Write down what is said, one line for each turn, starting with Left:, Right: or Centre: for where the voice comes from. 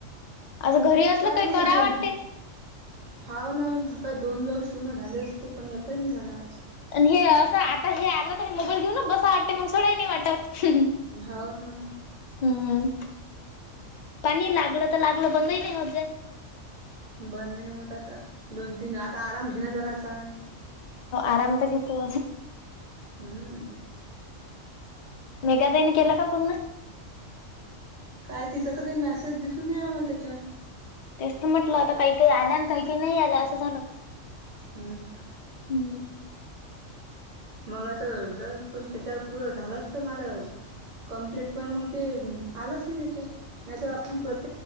Left: असं घरी असल काही
Right: नाही
Left: करा
Right: ते
Left: वाटते.
Right: हाव ना <unintelligible> दोन ब्लाउज शिवून झाले असती पण एककाही नाही झाला आज.
Left: आणि हे असं आता हे आलं तर हे मोबाईल घेऊन बसा वाटते मग सोडाही नाही वाटत. हं म
Right: हाव ना
Left: हम्म. पाणी लागलं तर लागलं बंदही नाही होजे.
Right: बंद नाही होता तर दोन तीन आता आराम घेना जरासा.
Left: आराम त घेतो.
Right: हम्म.
Left: मेगा ताईनी केला का पूर्ण?
Right: काय तिचा तर काही मेसेज दिसून या आम्हाला त्याच्या.
Left: तेच तर म्हटलं आता काही काही आल्या आणि काही काही नाही आल्या असं झालं.
Right: हम्म
Left: हम्म.
Right: मग आता पण त्याच्यावर पूर झालं असत मला कमप्लीट पण मग ते आलोच नाही त्याच्यात नाहीत आपण प्रत